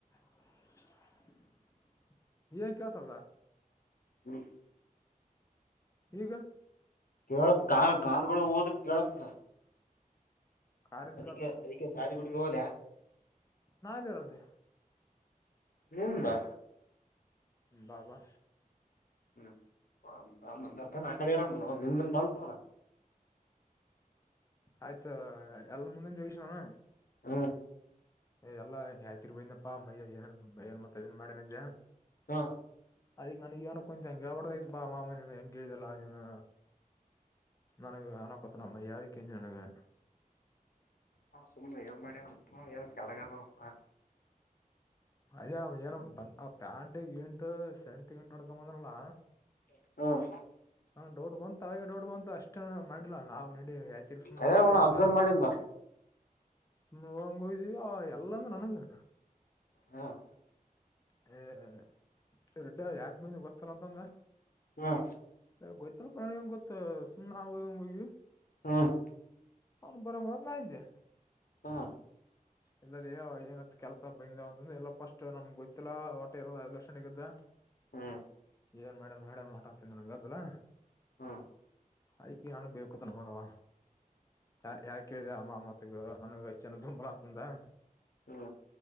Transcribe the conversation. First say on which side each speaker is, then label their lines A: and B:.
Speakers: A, on the left (about 20°); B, on the left (about 75°).
A: <inaudible> ಏನ್ ಕೇಳ್ಸಲ್ವಾ
B: ಹ್ಮ್
A: ಈಗ
B: ಕೇಳತ್ ಕ ಕಾರ್ಗಳು ಹೋದ್ರ ಕೇಳತ
A: ಕಾರಿಂದ
B: ಅದಿಕ ಅದಿಕ ಸಾರಿ ಬಿಡು ಇ ಹೋಗಲ್ಯ
A: ನಾಲ್ಲಿ ರಜೆ
B: ನಿನ್ ದಾ
A: ಬಾ ಬಾ
B: ಹ್ಮ್ ನರ್ಥ ಆ ಕಡೆ ಇರ ನಿನ್ ಬಂದ ನೋಡ
A: ಆಯ್ತ ಎಲ್ಲ ಮುಂದೆನ ಜೋಗಿಸಾನ
B: ಹ್ಮ
A: ಏ ಎಲ್ಲಾ ಯಯ್ತಿರ್ ಬಯನಪ್ಪಾ ಮಯ ಏ ಏನ್ ಮತ್ತತ್ ಅದನ್ ಮಾಡನಜ ಅನ್ ಇಂಟೆಜಿಬಲ್
B: ಹಾ
A: ಅದಿಕ್ ನನಗ ಏನ ಕುಂತ ಹೆಂಗಗೆಬಡ್ದೈತ್ ಬಾ ಮಾಮ ನೀನು ಹೆಂಗಗೆ ಹೇಳ್ದಲ್ಲ ನೀನು ನನಗ ಅನ ಕೊೋತನ ಅಮ್ಮ ಯಾರಕ್ಕ ನನ್ಗ
B: ಹ ಸುಮ್ಮ್ನೆ ಏನ್ ಮಾಡ್ಯ ಏನ್ ಕೆಳಗಾರತ
A: ಅದೇ ಏನು ಬಂದ ಆ ಪ್ಯಾಂಟ್ ಏಂ ಸೆಂಟ್ ಗಂಟ್ ನಡ್ಕ ಬಂದಲ್ಲ
B: ಹ್ಮ್
A: ಹಾ ದೊಡ್ ಬಂತ ಅವಾಗ ದೊಡ್ ಬಂತ ಅಷ್ಟನ ಮಾಡಿಲ್ಲಾ ನಾವ್ ನೀಡಿ ಯಾತಿ ಸುಮ್ನೆ
B: ಕರೆ
A: ಹೋಗಂಗಯ್ದ್ವಲ್ಲ
B: ಅಣ್ಣ ಅಬ್ಸರ್ವ್ ಮಾಡಿಲ್ಲ
A: ಸುಮ್ನೆ ಹೋಗಂಗಯ್ದಿವವಿ ಎಲ್ಲಂದ್ರ ನನಗ
B: ಹ್ಮ್
A: ಹಏ ರೆಡ್ಡಿ ಯಾಕ ಮಂದ ಗೊತ್ತಲ್ಲ ಅಂತಂದ
B: ಹಾ
A: ಗಯ್ತಲ್ ಪ್ರಾಣ ಹೆಂಗ ಗೊತ್ತ ಸು್ನೆ ನಾವುಂಗ್ ಹೋಗ್ವಿ
B: ಹ್ಮ್
A: ಅವನು ಬರ ಮ ನಂದ
B: ಹಾ
A: ಎಲ್ಲಲ್ಲಿ ಏನತ್ ಕೆಲಸ ಬಂದ ಅಂತ್ರ ಎಲ್ಲಾಫಸ್ಟ್ ನಮ್ಗೆ ಗೊತ್ತಿಲ್ಲಾ ಹೊಟ್ಟೆ ಇರದ ದರ್ಶಣಗದ್ದ
B: ಹ್ಮ್
A: ಏನ್ ಮಾಡ್ಯನ್ ಮಾಡಡ ಹೊಟಾನ್್ತನ್ಿ ನಂಗಗೆ ಅದ್ದಲ್ಲ
B: ಹ್ಮ
A: ಆಯ್ಕಿ ನನ್ಗ್ ಬೇಕುತ್ ನನ್ ಮಗವ ಯ ಯಾಕ ಕೇಳಿದೆ ಅಮ್ಮಮ್ಮತ್ತಗ ನನಗೆ ಅನ ದುಂಬಲಂತ ತದಾ
B: ಹ್ಮ